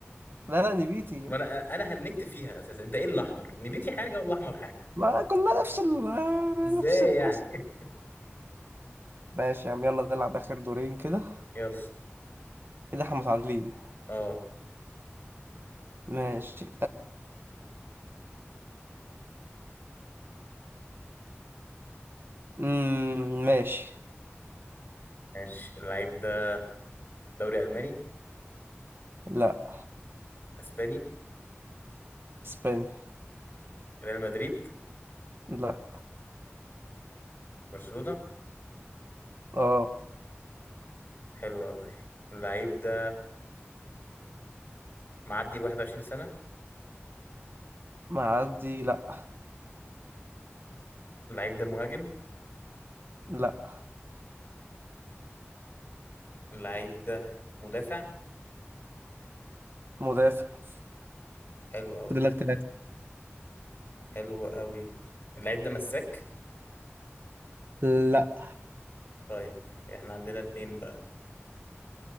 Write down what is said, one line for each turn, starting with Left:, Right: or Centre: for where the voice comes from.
Right: لا لا نبيتي
Left: ما انا انا هنكت فيها اساسا انت ايه الاحمر نبيتي حاجه والاحمر حاجه
Right: ما كلها نفس ال
Left: ازاي
Right: نفس القصة
Left: يعني
Right: ماشي يا عم يلا نلعب آخر دورين كده
Left: <laughs> يلا
Right: كده احنا متعادلين
Left: اه
Right: ماشي امم ماشي
Left: ماشي اللعيب ده دوري الماني
Right: لا
Left: اسباني
Right: اسباني
Left: ريال مدريد
Right: لا
Left: برشلونه
Right: اه
Left: حلو قوي اللعيب ده معدي ال 21 سنه
Right: معدي لا
Left: اللعيب ده مهاجم
Right: لا
Left: اللعيب ده مدافع
Right: مدافع
Left: حلو قوي
Right: فاضل لك ثلاثة
Left: حلو قوي اللعيب ده مساك
Right: لا
Left: طيب احنا عندنا اتنين بقى